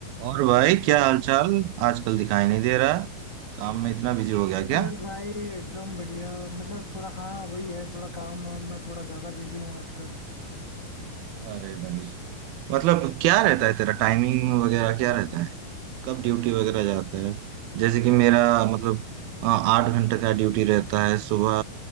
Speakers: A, on the right; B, on the left.
A: और भाई क्या हालचाल आजकल दिखाई नहीं दे रहा काम में इतना बिजी हो गया क्या
B: बस भाई एकदम बढ़िया मतलब थोड़ा हाँ वही है थोड़ा काम वाम में थोड़ा ज्यादा बिजी हूँ आजकल
A: अरे भाई मतलब क्या रहता है तेरा टाइमिंग वगैरह क्या रहता है कब ड्यूटी वगैरह जाता है जैसे कि मेरा मतलब अ, आठ घंटे का ड्यूटी रहता है सुबह